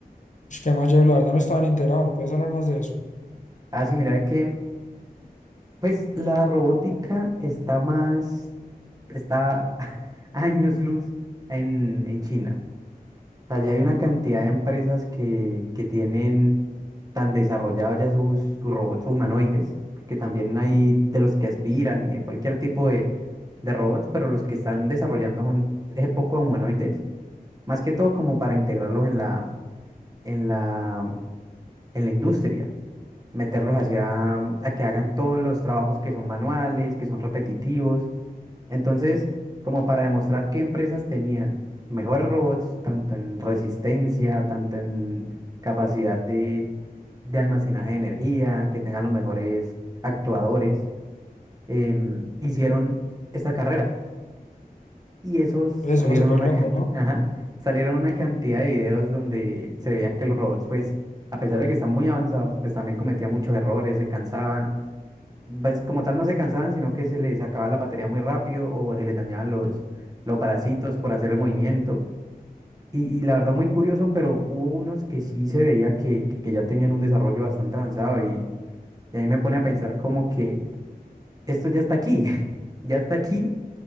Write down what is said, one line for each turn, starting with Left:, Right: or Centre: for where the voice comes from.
Left: Ush, Qué más, Jeff, la verdad no estaba ni enterado, ¿me puedes hablar más de eso?
Right: Ah, sí, mira, de que pues la robótica está más está <laughs> años luz en, en China. O sea, ya hay una cantidad de empresas que, que tienen tan desarrollados ya sus, sus robots humanoides, porque también hay de los que aspiran y de cualquier tipo de, de robots, pero los que están desarrollando son es poco humanoides, más que todo como para integrarlos en la, en la, en la industria, meterlos hacia a que hagan todos los trabajos que son manuales, que son repetitivos entonces, como para demostrar qué empresas tenían mejores robots, tanto en resistencia, tanto en capacidad de, de almacenaje de energía, que tengan los mejores actuadores, em, hicieron esa carrera. Y esos salieron
Left: Pues suena súper
Right: una
Left: loco,
Right: cantidad,
Left: ¿no?
Right: <laughs> salieron una cantidad de videos donde se veían que los robots, pues, a pesar de que están muy avanzados, pues también cometían muchos errores, se cansaban pues, como tal no se cansaban, sino que se les acababa la batería muy rápido o se les dañaban los, los bracitos por hacer el movimiento. Y, y la verdad muy curioso, pero hubo unos que sí se veía que, que, que ya tenían un desarrollo bastante avanzado y, y ahí me pone a pensar como que esto ya está aquí, <laughs> ya está aquí